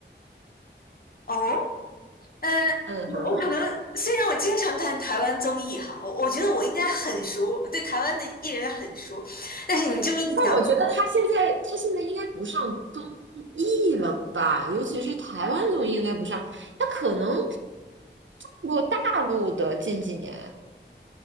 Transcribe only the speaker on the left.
哦，嗯、
我我可能虽然我经常看台湾综艺哈，我我觉得我应该很熟，我对台湾的艺人很熟，但是你这么一讲，
哦，